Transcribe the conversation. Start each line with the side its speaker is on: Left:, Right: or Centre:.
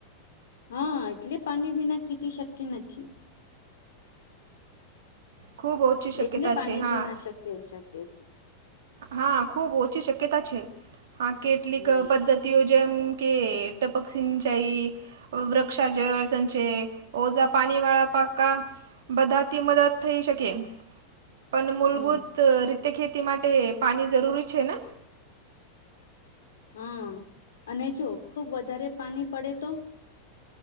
Left: હા. એટલે પાની વિના ખેતી શક્ય નથી.
Right: ખૂબ ઓછી શક્યતા
Left: એટલે પાણી
Right: છે હા
Left: પિના શક્ય-શક્ય
Right: હા, ખૂબ ઓછી શક્યતા છે. હા કેટલીક
Left: હમ
Right: પદ્ધતિઓ જેમ કે ટપક સિંચાઈ વૃક્ષા જએ સંચે, ઓજા પાણી વાળા પાકકા બધાથી મદદ થઈ શકે એમ. પન મૂલભૂત
Left: હમ
Right: રીતે ખેતી માટે પાણી જરૂરી છે ના.
Left: હા. અને જો ખુબ વધારે પાણી પડે તો